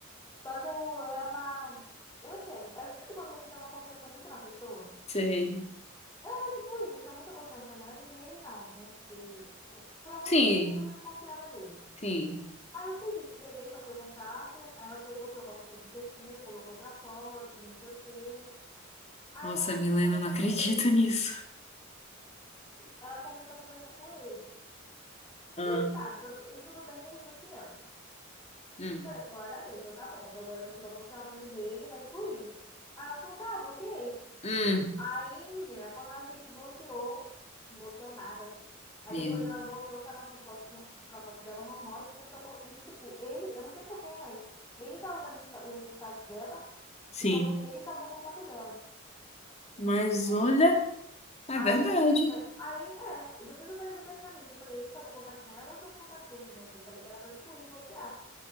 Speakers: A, on the left; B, on the left.
A: Só que eu, eu era uma. Eu não sei, eu sabe quando você tem uma confiança muito na pessoa?
B: Sei.
A: Era tipo isso, eu tinha muita confiança nela e nele não, né? Porque eu- por alguns
B: Sim,
A: motivos eu desconfiava nele.
B: sim.
A: Aí eu fiz isso, peguei, passei o contato, aí ela pegou, trocou a foto de perfil, colocou outra foto, não sei o quê. Aí
B: Nossa,
A: ela começou
B: Milena,
A: a conversar
B: não acredito
A: com ele,
B: nisso.
A: ela começou a conversar com ele.
B: Ah.
A: E tá, tudo, e tudo bem, ele foi fiel.
B: Hum.
A: Eu falei, glória a Deus, eu, tá bom, então agora você vai bloquear o número dele, e vai excluir. Aí ela falou, tá, bloqueei.
B: Hum.
A: Aí, menina, quando eu achei que bloqueou, não bloqueou nada. Aí
B: Meu.
A: depois ela voltou com as nossas fotos, no- com a foto dela normal e começou a... colo- E, tipo, ele, eu não sei porquê, mas ele tava vendo os esta- os status dela,
B: Sim.
A: então porque ele salvou o contato dela,
B: Mas
A: né?
B: olha, é
A: Aí,
B: verdade.
A: tu acredita? Aí, é, depois eu parei pra pensar nisso. Eu falei, ele salvou o contato dela, ela salvou o contato dele, né? Que eu falei que era pra excluir, bloquear.